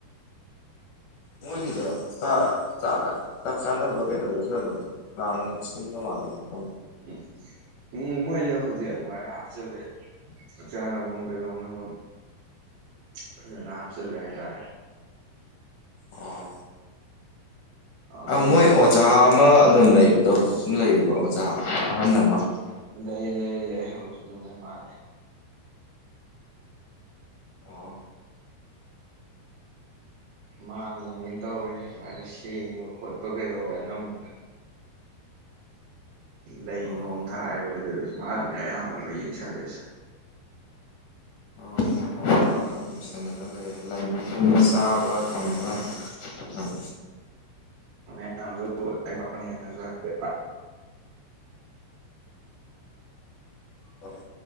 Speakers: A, on the left; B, on the right.
A: ꯃꯣꯢꯒꯤꯗ
B: ꯑꯥ
A: ꯆꯥ ꯆꯥ ꯆꯥꯛ ꯆꯥꯅꯕ ꯀꯩꯗꯧꯕꯗꯁꯨ ꯑꯗꯨꯝ ꯄ꯭ꯥꯂꯟ ꯁꯤꯟꯕ ꯃꯥꯜꯂꯅꯤ ꯈ
B: ꯎꯝ ꯎꯝ ꯃꯣꯏꯁꯦ ꯍꯧꯖꯤꯛ ꯑꯗꯨꯃꯥꯏꯅ ꯍꯥꯞꯆꯤꯜꯂꯦ ꯆꯥꯛ ꯆꯥꯅꯐꯝ ꯀꯩꯗꯧꯅꯕ ꯐꯖꯅ ꯍꯥꯞꯆꯜꯂꯦ ꯍꯥꯏ ꯇꯥꯔꯦ
A: ꯑꯣ
B: ꯑꯗꯨꯝ
A: ꯃꯣꯏ ꯑꯣꯖꯥ ꯑꯃ ꯑꯗꯨꯝ ꯂꯩꯕꯗꯣ ꯍꯧꯖꯤꯛꯁꯨ ꯂꯩꯔꯤꯕ ꯑꯣꯖꯥ ꯑꯍꯟ ꯑꯃ
B: ꯂꯩ ꯂꯩ ꯂꯩ ꯍꯧꯖꯤꯛꯁꯨꯗꯝ ꯂꯩ ꯃꯥꯟꯂꯦ
A: ꯑꯣ
B: ꯃꯥꯅꯦ ꯂꯣꯏꯅ ꯇꯧꯔꯤ ꯁꯨꯃꯥꯏꯅ ꯁꯦꯡꯕ ꯈꯣꯠꯄ ꯀꯩꯗꯧꯕ ꯑꯅꯝꯕꯅ
A: <unintelligible>
B: ꯂꯩ
A: ꯑꯣ
B: ꯅꯣꯡ ꯊꯥꯔꯤꯕ ꯀꯩꯗꯧꯔꯤꯕ ꯃꯥꯅꯅꯦ ꯑꯌꯥꯝꯕꯅ ꯌꯦꯡꯁꯟꯂꯤꯁꯦ
A: ꯎ ꯃꯐꯝ ꯑꯃꯥ ꯐꯥꯅ ꯑꯗꯨꯝ ꯂꯣꯏꯁꯤꯟꯗꯅꯥ ꯂꯩꯌ ꯂꯥꯏꯕꯔ꯭ꯤ ꯃꯆꯥ ꯑꯃ ꯊꯝꯃꯒꯥ꯫ ꯍꯣꯢ
B: ꯃꯥꯌꯝ ꯁꯨ ꯂꯥꯢꯔꯤꯛ
A: ꯍꯣꯢ